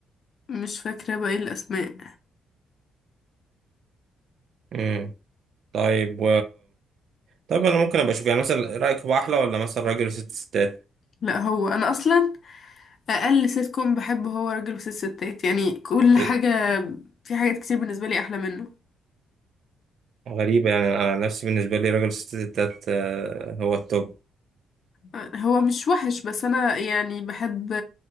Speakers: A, on the left; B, on the right.
A: مش فاكرة بقى ايه الأسماء
B: امم طيب طب انا ممكن ابقى اشوف يعني مثلا رايك هو احلى ولا مثلا راجل وست ستات
A: لا هو أنا أصلا أقل سيت كوم بحبه هو راجل وست ستات يعني كل حاجة
B: إيه،
A: في حاجات كتير بالنسبة لي أحلى منه
B: غريبه يعني انا أنا نفسي بالنسبه لي راجل وست ستات آه، هو التوب
A: أه، هو مش وحش بس أنا يعني بحب